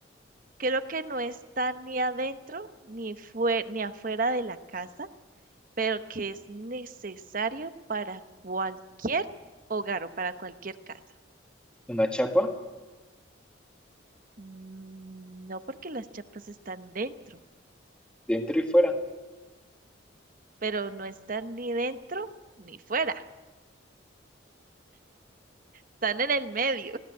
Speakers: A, on the right; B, in the centre.
A: ¿Qué es lo que no está ni adentro ni fue, ni afuera de la casa, pero que es necesario para cualquier hogar o para cualquier casa?
B: Una chapa,
A: Mm, no porque las chapas están dentro,
B: dentro y fuera.
A: pero no están ni dentro ni fuera, están en el medio.